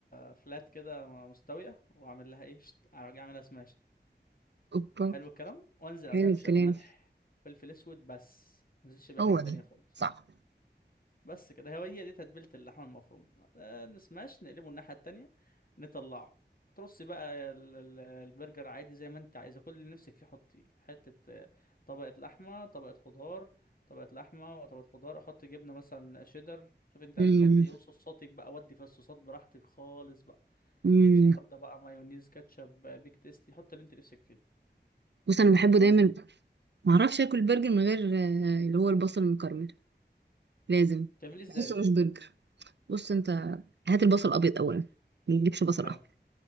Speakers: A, on the left; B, on the right.
A: فلات كده مستويه واعمل لها ايه شت... اروح جاي اعملها سماش
B: اوبا
A: حلو الكلام وانزل عليها
B: حلو
A: بشويه
B: الكلام
A: ملح فلفل اسود بس ما انزلش بيها
B: هو
A: حاجه تانية
B: ده
A: خالص
B: صح
A: بس كده هو هي دي تتبيلة اللحمة المفروم آه، نسماش نقلبه الناحية التانية نطلعه ترصي بقى ال- ال- البرجر عادي زي ما انت عايزة كل اللي نفسك فيه حطيه حتة آه، طبقة لحمة طبقة خضار طبقة لحمة وطبقة خضار احط جبنة مثلا شيدر شوف انت عايز
B: امم
A: تحط ايه وصوصاتك بقى ودي في الصوصات براحتك خالص بقى
B: امم
A: مستردة بقى مايونيز كاتشب آه، بيك تيستي حط اللي انت نفسك فيه
B: بص انا بحبه دايما
A: بس
B: ما اعرفش اكل برجر من غير آه، اللي هو البصل المكرمل لازم
A: تعمليه ازاي
B: بحسه مش برجر بص انت هات البصل ابيض اولا ما تجيبش بصل
A: حلو
B: احمر